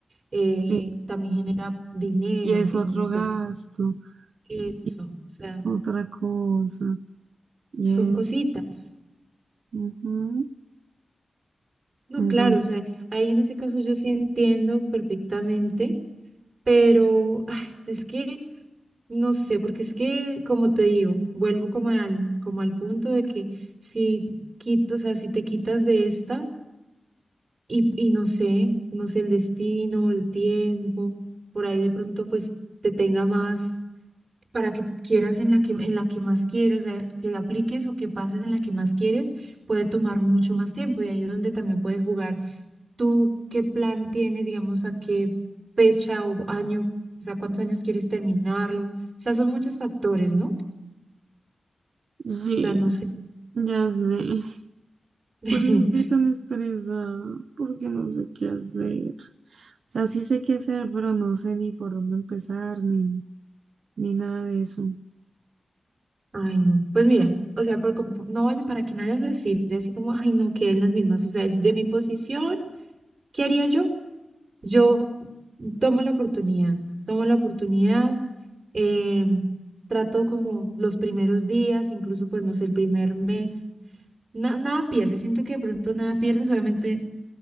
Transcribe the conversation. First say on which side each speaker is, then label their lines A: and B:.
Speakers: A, on the right; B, on the right.
A: eh,
B: Y
A: también genera dinero,
B: y es
A: en,
B: otro
A: pues
B: gasto,
A: eso,
B: y
A: o sea,
B: otra cosa, y
A: son cositas.
B: es... ujú.
A: No,
B: Entonces,
A: claro, o sea, ahí en ese caso yo sí entiendo perfectamente, pero ay, es que... No sé, porque es que, como te digo, vuelvo como al, como al punto de que si quito, o sea, si te quitas de esta y, y no sé, no sé, el destino, el tiempo, por ahí de pronto pues te tenga más para que quieras en la que, en la que más quieres, o sea, que apliques o que pases en la que más quieres, puede tomar mucho más tiempo y ahí es donde también puedes jugar. ¿Tú qué plan tienes, digamos, a qué fecha o año, o sea, cuántos años quieres terminarlo? O sea, son muchos factores, ¿no?
B: sí,
A: sea, no sé.
B: ya sé.
A: <laughs>
B: Por eso estoy tan estresada, porque no sé qué hacer. O sea, sí sé qué hacer, pero no sé ni por dónde empezar, ni, ni nada de eso.
A: Ay, no. Pues mira, o sea, por como- no vaya- para que no vayas a decir así como, ay, no, queden las mismas. O sea, de mi posición, ¿qué haría yo? Yo tomo la oportunidad, tomo la oportunidad, eh, trato como los primeros días, incluso pues no sé, el primer mes. Na- nada pierdes, siento que de pronto nada pierdes, obviamente